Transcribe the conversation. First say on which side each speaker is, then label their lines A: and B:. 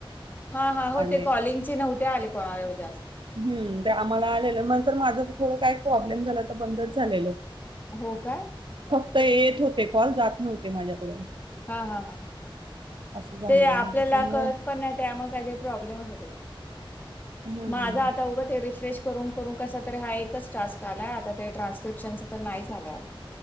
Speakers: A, on the left (about 20°); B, on the right (about 60°).
A: हां, हां. हो
B: आणि....
A: कॉलिंगचे नव्हते ते आले कोणालाऐवज जास्त...
B: हम्म आम्हाला आलेलं मंतर माझं थोडं काय प्रॉब्लेम झाला तर बंदच झालेलं.
A: हो का
B: तर येत होते कॉल जात नव्हते माझ्याकडून
A: हा हा हा
B: असं झालेलं
A: ते आपल्याला
B: त्याच्यामुळं
A: कळत पण नाही त्यामुळे काही प्रॉब्लेमच होते
B: हम्म.
A: माझं आता उघं ते रिफ्रेश कर क त हा एकच टास्क आला आता ट्रान्स्क्रिप्शन नाही झाला